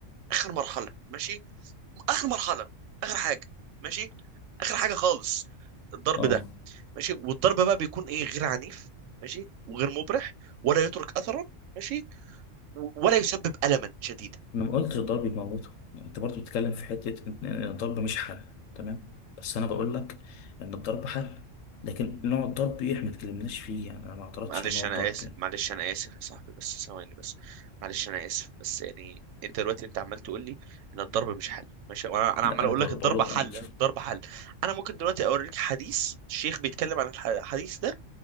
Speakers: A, on the right (about 75°); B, on the left (about 80°).
A: آخر مرحلة ماشي آخر مرحلة آخر حاجة ماشي آخر حاجة خالص الضرب
B: اه
A: ده ماشي والضرب بقى بيكون ايه غير عنيف ماشي وغير مبرح ولا يترك اثرا ماشي و- ولا يسبب الما شديدا
B: أنا ما قلتش الضرب يموته يعني انت برضو بتتكلم في حتة ان إن الضرب مش حل تمام بس انا بقول لك ان الضرب حل لكن نوع الضرب ايه احنا ما اتكلمناش فيه يعني انا ما اعترضتش
A: معلش
B: على نوع
A: انا
B: الضرب
A: اسف
B: إيه.
A: معلش انا اسف يا صاحبي بس ثواني بس معلش انا اسف بس يعني انت دلوقتي انت عمال تقول لي ان الضرب مش حل ماشي وانا انا
B: لا
A: عمال
B: انا
A: اقول
B: بقول
A: لك الضرب
B: بقول-
A: حل
B: اه شوف.
A: الضرب حل انا ممكن دلوقتي اوريك حديث الشيخ بيتكلم عن الح- الحديث ده